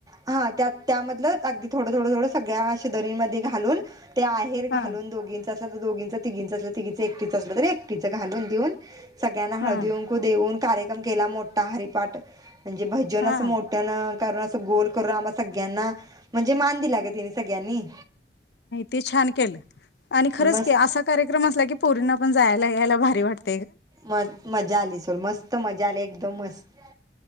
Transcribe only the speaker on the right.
हा त्या त्यामधलं अगदी थोडं थोडं थोडं थोडं सगळ्या शिदोरीमध्ये घाल हालून आहेर
घालून दोघींचा आता दोघींचा तिघींचा असला तिघींचा एकटिच असलं तर एकटिच घालून देऊन सगळ्यांना हळदी
कुंकू देऊन कार्यक्रम केला मोठा हरिपाठ म्हणजे भजन
असं मोठ्यानं कारण अस गोल करून आम्हा सगळ्यांना म्हणजे मान दिला गं त्यांनी सगळ्यांनी
मस्त
मग मजा आली सोड मस्त मजा आली एकदम मस्त